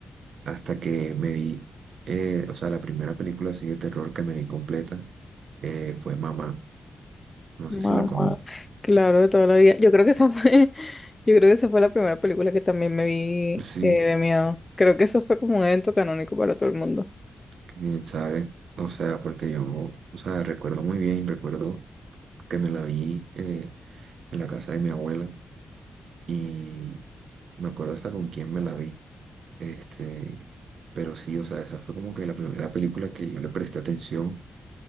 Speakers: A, on the right; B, on the left.
A: hasta que me vi, eh, o sea, la primera película así de terror que me vi completa eh, fue Mamá, no
B: Mamá, <laughs>
A: sé si la conoces.
B: claro, de toda la vida. Yo creo que esa fue, <laughs> yo creo que esa fue la primera película que también me vi
A: Sí,
B: eh, de miedo. Creo que eso fue como un evento canónico para todo el mundo.
A: quién sabe. O sea, porque yo, o sea, recuerdo muy bien, recuerdo que me la vi eh, en la casa de mi abuela y me acuerdo hasta con quién me la vi. Este, pero sí, o sea, esa fue como que la primera película que yo le presté atención